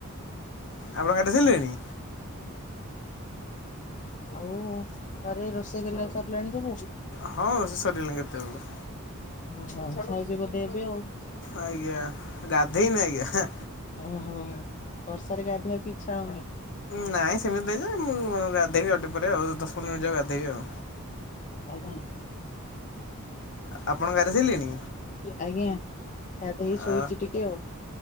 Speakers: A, on the left; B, on the left.
A: ଆପଣ ଗାଧେଇ ସାରିଲେଣି?
B: ଆଉ ଘରେ ରୋଷେଇ କରିବା ସରିଲାଣି ସବୁ?
A: ହଁ, ରୋଷେଇ ସରିଗଲାଣି କେତେବେଳୁ।
B: ଓହୋ, ଖାଇଛ ବୋଧେ ଏବେ ଆଉ?
A: ଆଜ୍ଞା। ଗାଧେଇନି ଆଜ୍ଞା।
B: ହଁ, ହଁ ବର୍ଷାରେ ଗାଧେଇବାକୁ ଇଚ୍ଛାହଉନି?
A: ନାଇଁ ସେମିତି ନାଇଁ ଯେ ମୁଁ ଗାଧେଇବି ଆଉ ଟିକେ ପରେ ଆଉ ଦଶ ପନ୍ଦର ମିନିଟ ଯାଉ ଗାଧେଇବି ଆଉ।
B: ଆଜ୍ଞା।
A: ଆପଣ ଗାଧେଇ ସାରିଲେଣି।
B: ଆଜ୍ଞା ଗାଧେଇ ଶୋଇଚି
A: ଆ
B: ଟିକେ ଆଉ।